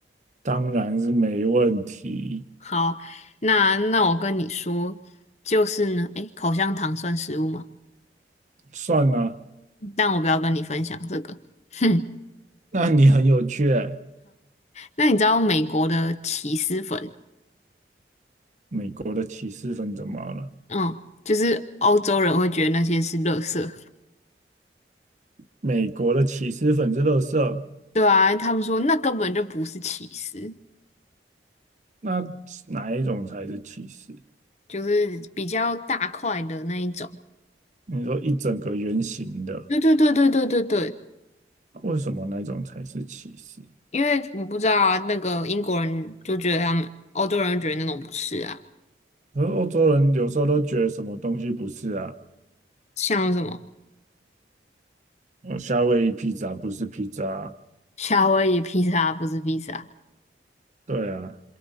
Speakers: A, on the right; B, on the left.
A: 当然是没问题。
B: 好，那那我跟你说，就是呢，诶，口香糖算食物吗？
A: 算了，
B: 但我不要跟你分享这个。哼，
A: 那你很有趣欸。
B: 那你知道美国的起司粉，
A: 美国的起司粉怎么了？
B: 嗯，就是欧洲人会觉得那些是垃圾，
A: 美国的起司粉是垃色。
B: 对啊，他们说那根本就不是起司，
A: 那哪一种才是歧视？
B: 就是比较大块的那一种。
A: 你说一整个圆形的，
B: 对对对对对对对。
A: 为什么那种才是歧视？
B: 因为我不知道啊，那个英国人就觉得他们欧洲人觉得那种不是啊，
A: 而欧洲人有时候都觉得什么东西不是啊，
B: 像什么
A: 呃，夏威夷披萨不是披萨啊，
B: 夏威夷披萨不是披萨，
A: 对啊，